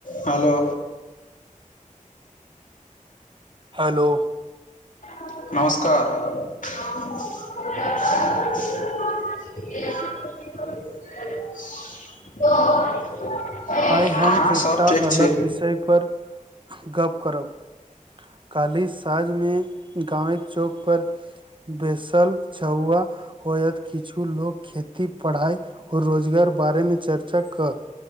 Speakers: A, on the left; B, on the right.
A: हलो
B: hello
A: नमस्कार <unintelligible>
B: आई हम
A: हँ
B: एकटा
A: सब ठीक
B: अलग
A: छै
B: विषय पर गप करब कल्हिसँ समाज मे गाँवेक चौक पर बेसल छहुआ होयत किछु लोग खेती पढ़ाई और रोजगार बारे मे चर्चा कर